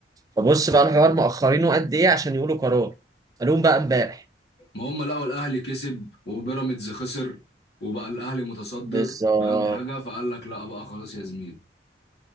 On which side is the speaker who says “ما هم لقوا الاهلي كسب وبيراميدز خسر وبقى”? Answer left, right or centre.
Left